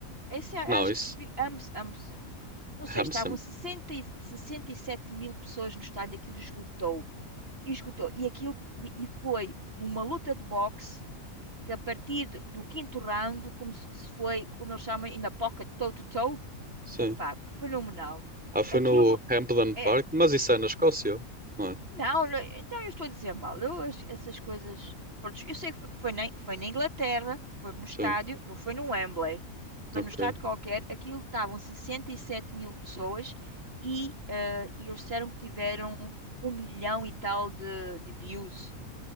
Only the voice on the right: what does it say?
Esse a-
acho
que percebi. Ambos, ambos. Não
sei, estavam 60, e- 67 mil pessoas no estádio, aquilo esgotou. Esgotou. E aquilo e, e foi uma luta de boxe que a partir do do quinto round, como se se foi, como eles chamam, in a pocket, toe-to-toe,
epá, fenomenal.
Aquilo.
é
Não, não, então eu estou a dizer mal. Eu, acho- essas coisas. Pronto, eu sei que fo- foi na, foi na Inglaterra, foi no estádio,
não foi no Wembley, foi
no estádio qualquer. Aquilo estavam 67 mil pessoas e, eh, e eles disseram que tiveram um milhão e tal de, de views.